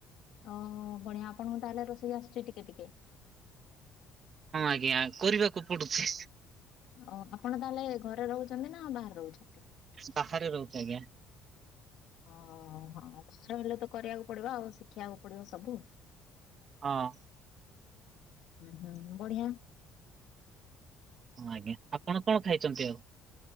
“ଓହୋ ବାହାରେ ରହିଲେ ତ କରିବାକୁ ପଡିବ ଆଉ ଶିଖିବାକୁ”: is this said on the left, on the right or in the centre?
Left